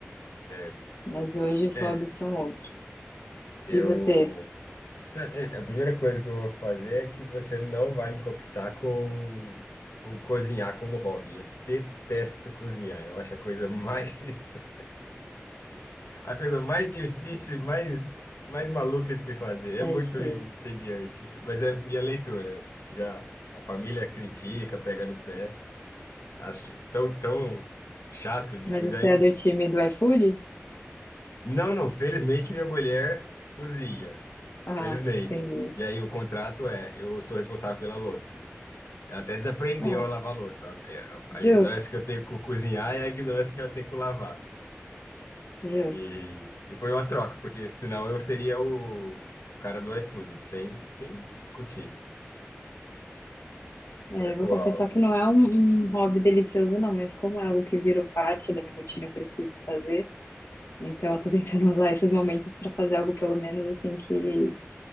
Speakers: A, on the left; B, on the left.
A: certo.
B: Mas hoje os
A: É,
B: hobbies são outros.
A: eu.
B: E você,
A: é, é, A primeira coisa que eu vou fazer é que você não vai me conquistar com o cozinhar como hobby. Eu detesto cozinhar, eu acho a coisa mais <laughs> A coisa mais difícil, mais, mais maluca de se fazer. É
B: Ed,
A: muito
B: fez?
A: entediante. Mas é minha leitura. Já a família critica, pega no pé. Acho tão, tão chato de
B: Mas
A: cozinhar.
B: você é do time do iFood?
A: Não, não. Felizmente, minha mulher cozinha.
B: Ah,
A: Felizmente.
B: entendi.
A: E aí o contrato é, eu sou responsável pela louça. Ela até desaprendeu
B: Ah,
A: a lavar louça. A
B: justo,
A: a ignorância que eu tenho com cozinhar é a ignorância que ela tem com lavar.
B: justo.
A: E, e foi uma troca, porque senão eu seria o cara do iFood, sem, sem discutir. Mas,
B: É, vou
A: Uau.
B: confessar que não é um, um hobby delicioso, não, mas como é algo que virou parte da minha rotina, eu preciso fazer. Então, eu tô tentando <laughs> usar esses momentos para fazer algo, pelo menos, assim, que.